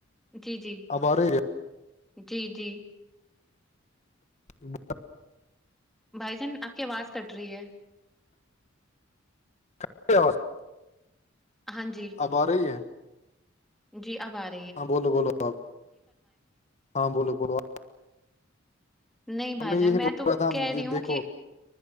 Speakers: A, in the centre; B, on the left.
A: جی جی
B: اب آ رہی
A: جی جی
B: تو <inaudible>
A: بھائی جان آپ کی آواز کٹ رہی ہے
B: ا <inaudible>
A: ہاں جی
B: اب آ رہی ہے
A: جی آواز
B: ہاں بولو بولو آاب ہاں بولو بو آ
A: نہیں بھائی جان
B: یہی
A: میں
B: بول
A: تو
B: رہا تھا
A: کہہ
B: مجھے،
A: رہی ہوں
B: دیکھو
A: کہ